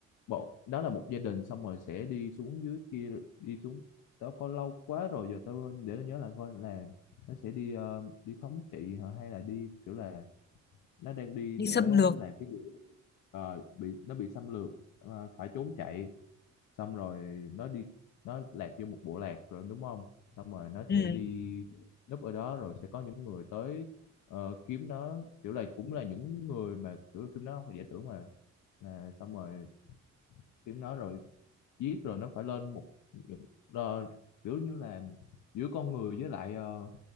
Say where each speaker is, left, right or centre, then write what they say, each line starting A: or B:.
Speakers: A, on the left (about 85°); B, on the left (about 35°).
A: bộ đó là một gia đình xong rồi sẽ đi xuống dưới kia đi xuống tao coi lâu quá rồi giờ tao để tôi nhớ là coi là nó sẽ đi ờ, đi thống trị hả hay là đi kiểu là nó đang đi
B: đi
A: để
B: xâm lược.
A: làm cái gì Ờ, bị nó bị xâm lược ờ, phải trốn chạy xong rồi nó đi nó lạc vô một bộ lạc rồi đúng không xong rồi nó sẽ
B: Ừ.
A: đi núp ở đó rồi sẽ có những người tới ờ, kiếm nó kiểu là cũng là những người mà kiểu là phim nó không phải giả tưởng mà là xong rồi kiếm nó rồi giết rồi nó phải lên một những đo- kiểu như là giữa con người với lại ờ,